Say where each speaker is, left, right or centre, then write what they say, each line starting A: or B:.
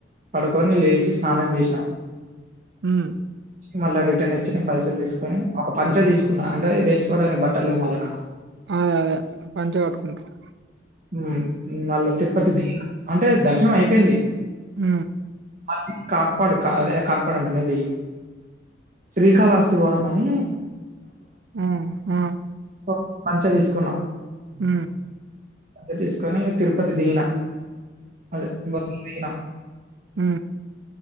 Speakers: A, on the right; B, on the right.
A: పడుకొని లేచి స్నానం చేసిన
B: ఉ
A: మళ్ళా రిటర్న్ ఇచ్చి నేను పైసలు తీసుకొని ఒక పంచ తీసుకున్నా అంటే వేసుకోవడానికి బట్టలు లేవ్ మళ్ళా నాకు
B: అదే అదే పంచె కట్టుకుంటారు.
A: ఊ మళ్ళా తిరుపతి దిగిన అంటే దర్శనం అయిపోయింది
B: ఉ
A: మళ్ళీ కాట్పాడు అదే కాట్పాడు అంటును ఇది శ్రీకాళహస్తి బోధం అని
B: ఉ ఆ
A: సో, పంచ తీసుకున్నా
B: ఉ
A: అదే తీసుకొని తిరుపతి దీగిన అదే బస్ దీగినా
B: ఉ